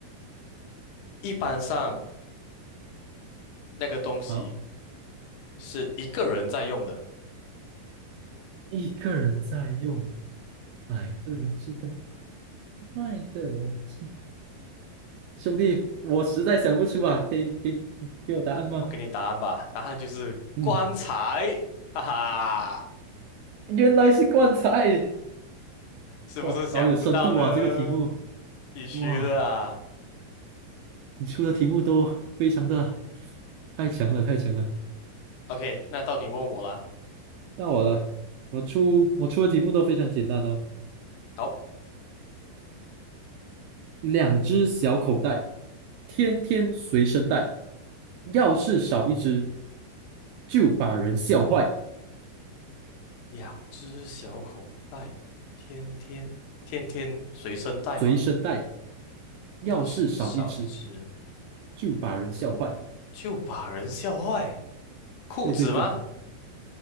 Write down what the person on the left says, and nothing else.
一般上那个东西
是一个人在用的。
我给你答案吧，答案就是棺材，
哈哈，
是不是想不到呢？
必须的啊。
OK，那到你问我啦。
好，
两只小口袋，天天天天随身带吗？
要是少一只，
就把人笑坏。裤子吗？